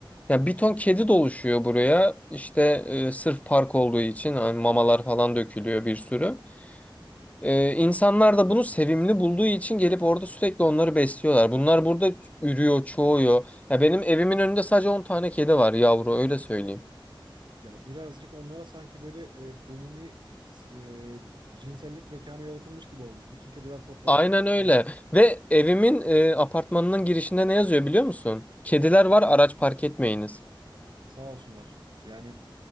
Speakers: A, on the left; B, on the right.
A: Ya bir ton kedi doluşuyor buraya. İşte e, sırf park olduğu için hani mamalar falan dökülüyor bir sürü. E, insanlar da bunu sevimli bulduğu için gelip orada sürekli onları besliyorlar. Bunlar burada ürüyor, çoğuyor. Ya benim evimin önünde sadece 10 tane kedi var yavru öyle söyleyeyim.
B: Ya birazcık onlara sanki böyle e, umumi e, cinsellik mekanı yaratılmış gibi olmuş. Bütün kediler toplanıp
A: Aynen öyle.
B: falan
A: Ve evimin e, apartmanının girişinde ne yazıyor biliyor musun? Kediler var, araç park etmeyiniz.
B: sağ olsunlar. Yani